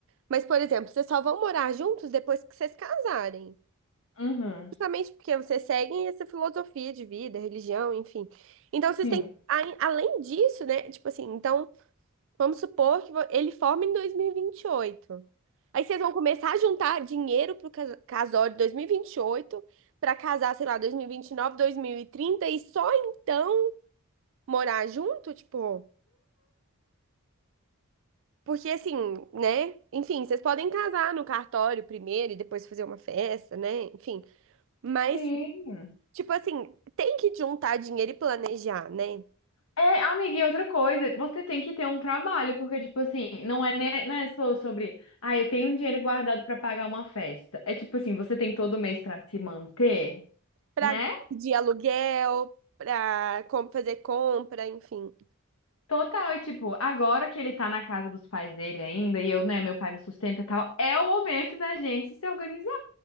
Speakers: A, on the right (about 60°); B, on the left (about 70°).
A: Mas, por exemplo, vocês só vão morar juntos depois que vocês casarem.
B: Uhum,
A: Justamente porque vocês seguem essa filosofia de vida, religião, enfim. Então, vocês
B: sim.
A: têm, a- além disso, né? Tipo assim, então. Vamos supor que vo- ele forma em dois mil e e vinte e oito, Aí vocês vão começar a juntar dinheiro pro cas- casório de 2028 para casar, sei lá, dois mil e vinte e e e nove dois mil e trinta e só então morar junto, tipo, porque assim, né? Enfim, vocês podem casar no cartório primeiro e depois fazer uma festa, né? Enfim, mas
B: Sim.
A: tipo assim, tem que juntar dinheiro e planejar, né?
B: É, amiga, e outra coisa, você tem que ter um trabalho, porque, tipo assim, não é, né, não é só sobre, ah, eu tenho um dinheiro guardado pra pagar uma festa. É tipo assim, você tem todo mês pra se manter,
A: Para
B: né?
A: de aluguel, para fazer compra, enfim,
B: Total, e tipo, agora que ele tá na casa dos pais dele ainda, e eu, né, meu pai me sustenta e tal, é o momento da gente se organizar.